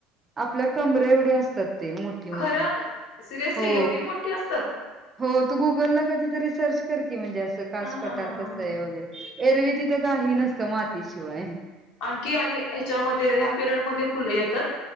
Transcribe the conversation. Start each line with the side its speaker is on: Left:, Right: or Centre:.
Right: आपल्या कंबरे एवढी असतात. ते मोठी मोठी
Left: खरं सिरियसली
Right: हो
Left: एवढी मोठी असतात?
Right: हो तू गुगलला कधीतरी सर्च कर की म्हणजे असं कास
Left: ह
Right: पटार
Left: ह ह
Right: कसंय
Left: ह
Right: वगैरे एरवी तिथं काही नसतं माती शिवाय
Left: आणखी आणि ह्यच्यामध्ये ह्या पिरियड मध्ये फुलं येतात?